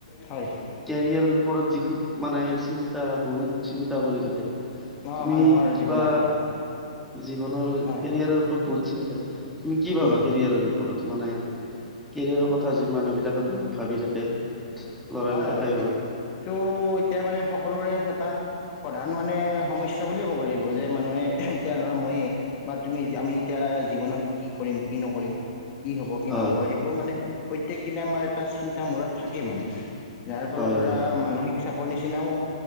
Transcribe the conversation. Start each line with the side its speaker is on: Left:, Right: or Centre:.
Left: হয়।
Centre: কেৰিয়াৰৰ ওপৰত যি খুব মানে চিন্তা বহুত চিন্তা কৰি থাকে।
Left: অ'
Centre: তুমি
Left: মানুহৰ
Centre: কিবা
Left: জীৱনত হয়,
Centre: জীৱনৰ
Left: হয়,
Centre: কেৰিয়াৰৰ ওপৰত বহুত চিন্তা তুমি কি ভাবা
Left: উম।
Centre: কেৰিয়াৰৰ ওপৰত মানে কেৰিয়াৰৰ কথা যি মানুহ বিলাকে বহুত ভাবি থাকে। ল'ৰাবিলাকে
Left: হয়, হয়,
Centre: হওক
Left: এইটো এতিয়া মানে সকলোৰে এটা প্ৰধান মানে সমস্যা বুলিয়ে ক'ব লাগিব যে মানুহে এতিয়া ধৰা মইয়ে বা তুমি আমি এতিয়া জীৱনত কি কৰিম কি নকৰিম কি হ'ব, কি
Centre: হয়
Left: নহ'ব সেইবোৰ মানে প্ৰত্যেক দিনে আমাৰ এটা চিন্তা মূৰত থাকেই মানে। যাৰ ফলত
Centre: হয়
Left: ধৰা
Centre: হয়
Left: মানসিক চাপৰ নিচিনাও